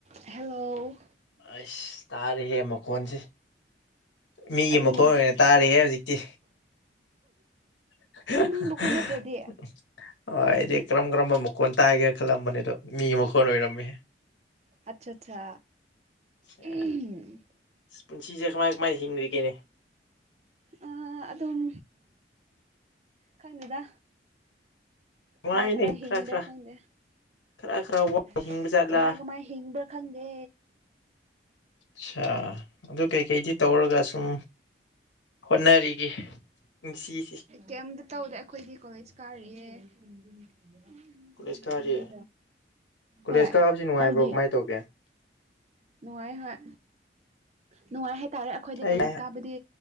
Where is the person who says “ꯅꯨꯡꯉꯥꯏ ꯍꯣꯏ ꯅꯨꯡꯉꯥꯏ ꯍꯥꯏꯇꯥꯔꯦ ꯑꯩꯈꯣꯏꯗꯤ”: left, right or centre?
Right